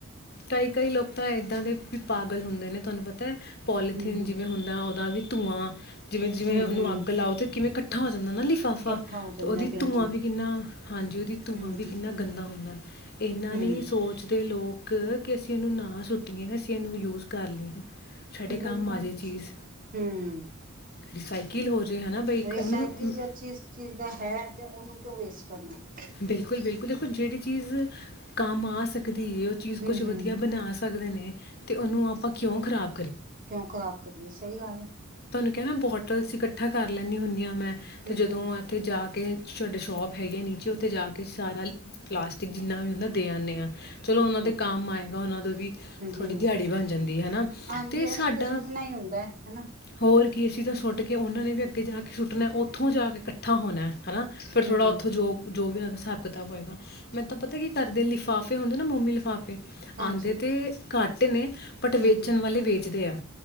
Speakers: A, on the left (about 50°); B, on the right (about 40°).
A: ਕਈ ਕਈ ਲੋਕ ਤਾਂ ਇਦਾਂ ਪਾਗਲ ਹੁੰਦੇ ਨੇ ਤੁਹਾਨੂੰ ਪਤਾ ਹੈ ਪੋਲੀਥੀਨ
B: ਹੂੰ-ਹੂੰ,
A: ਜਿਵੇਂ ਹੁੰਦਾ ਉਹ ਹਾਂਜੀ ਧੂਆਂ ਜਿਵੇਂ ਜਿਵੇਂ
B: ਹੂੰ-ਹੂੰ
A: ਉਹਨੂੰ ਅੱਗ ਲਾਓ ਤੇ ਕਿਵੇਂ ਕਠਾ ਉਹਨਾਂ ਦਾ ਲਿਫਾਫਾ
B: ਇਕੱਠਾ ਹੋ ਜਾਂਦਾ
A: ਉਹਦੀ
B: ਬਿਲਕੁਲ
A: ਧੂਆਂ ਵੀ ਕਿੰਨਾ ਹਾਂਜੀ ਉਹਦਾ ਧੂਆਂ
B: ਹੂੰ-ਹੂੰ।
A: ਵੀ ਕਿੰਨਾ ਗੰਦਾ ਇਹਨਾਂ
B: ਹੂੰ,
A: ਨੇ
B: ਹੂੰ
A: ਸੋਚਦੇ ਲੋਕ ਕ ਕੇ ਅਸੀਂ ਇਹਨੂੰ ਨਾ ਸੁੱਟੀਏ ਅਸੀਂ ਇਹਨੂੰ ਯੂਸ ਕਰ ਲਈਏ। ਸਾਡੇ ਕੰਮ
B: ਬਿਲਕੁਲ
A: ਆ ਜੇ ਚੀਜ਼
B: ਹਮ
A: ਰਿਸਾਈਕਲ ਹੋ ਜੇ ਹੈ ਨਾ ਬਈ ਇੱਕ
B: ਰਿਸਾਈਕਲ
A: ਉਹਨੂੰ
B: ਜਿਸ ਚੀਜ਼ ਦਾ ਹੈ। ਤੇ ਉਹਨੂੰ ਕਿਉਂ ਵੇਸਟ ਕਰਨਾ।
A: ਬਿਲਕੁਲ ਬਿਲਕੁਲ ਦੇਖੋ ਜਿਹੜੀ ਚੀਜ਼ ਕੰਮ ਆ ਸਕੇ। ਕਦੇ ਇਹ ਚੀਜ਼
B: ਹੂੰ-ਹੂੰ,
A: ਕੁਛ ਵਧੀਆ ਬਣਾ ਸਕੇ। ਕਰ ਸਕਦੇ ਨੇ ਤੇ ਉਹਨੂੰ ਆਪਾਂ ਕਿਉਂ ਖਰਾਬ
B: ਕਿਓ ਖਰਾਬ ਕਰੀਏ ਸਹੀ ਗੱਲ ਹੈ।
A: ਇਹ ਨਾ ਬੋਟਲਸ ਇਕੱਠੀਆਂ ਕਰ ਲੈਦੀ ਹੁੰਦੀ ਆ ਮੈਂ ਤੇ
B: ਹੂੰ-ਹੂੰ
A: ਜਦੋਂ ਇਥੋਂ ਜਾ ਕੇ ਸਾਡੇ ਸ਼ੋਪ ਹੈਗੇ ਨੀਚੇ ਤੇ ਜਾ ਕੇ ਸਾਰਾ ਲਿ ਪਲਾਸਟਿਕ ਜਿੰਨਾ ਵੀ ਹੁੰਦਾ ਦੇ ਆਂਦੇ ਆ ਚਲੋ
B: ਅੱਛਾ।
A: ਉਹਨਾਂ ਦੇ ਕੰਮ ਆਏਗਾ ਉਹਨਾਂ ਦੀ ਵੀ
B: ਹੂੰ-ਹੂੰ।
A: ਥੋੜੀ ਦਿਹਾੜੀ ਬਣ ਜਾਂਦੀ ਹੈ
B: ਹਾਂਜੀ
A: ਤੇ
B: ਅਸੀਂ
A: ਸਾਡਾ
B: ਸੁੱਕਣਾ ਹੀ ਹੁੰਦਾ ਹੈ ਹਨਾ।
A: ਹੋਰ ਕੀ ਅਸੀਂ ਤੇ ਸੁੱਟ ਕੇ ਉਹਨਾਂ ਨੇ ਵੀ ਅੱਗੇ ਜਾ ਕੇ ਸੁੱਟਣਾ ਉਥੋਂ ਜਾ ਕੇ ਹੋਣਾ ਹਨਾ ਫਿਰ
B: ਹੂੰ।
A: ਥੋੜਾ ਉਥੋਂ ਜੋ ਹਮ, ਹਿਸਾਬ ਕਿਤਾਬ ਹੋਏਗਾ। ਮੈਨੂੰ ਤਾਂ ਪਤਾ ਕੀ ਕਰਦੇ ਲਿਫਾਫੇ ਹੁੰਦੇ ਨਾ ਮੋਮੀ ਲਿਫਾਫੇ ਆਉਂਦੇ
B: ਹਾਂਜੀ
A: ਤੇ ਘੱਟ ਨੇ ਬਟ
B: ਹੂੰ-ਹੂੰ
A: ਵੇਚਣ ਵਾਲੇ ਵੇਚ ਗਿਆ।